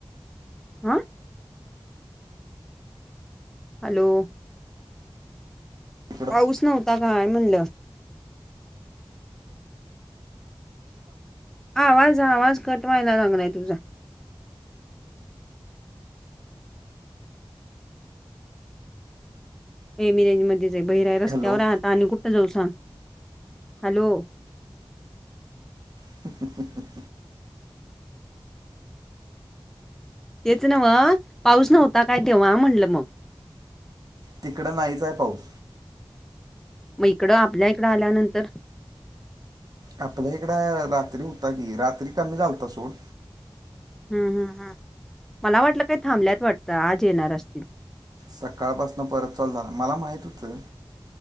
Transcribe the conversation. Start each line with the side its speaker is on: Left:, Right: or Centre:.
Centre: हा. हॅलो.
Right: तिकडं
Centre: पाऊस नव्हता काय म्हणलं? आवाज, आवाज कट व्हायला चांगलाय तुझा. ए मी रेंज मध्येच हाय, बाहिर हाय, रस्त्यावर
Right: हॅलो
Centre: हाय आता आणि कुठ जाऊ सांग? हॅलो.
Right: सत <unintelligible>
Centre: तेच नव्ह पाऊस नव्हता काय तेव्हा? म्हणलं मग.
Right: तिकडं नाहीच हाय पाऊस.
Centre: मग इकडं आपल्या इकडं आल्यानंतर
Right: आपल्या इकड रात्री होता की, रात्री कमी झालता सोड.
Centre: हू हू हू मला वाटलं काय थांबल्यात वाटतं? आज येणार असतील.
Right: सकाळपासन परत चालू झाला. मला माहित होतं.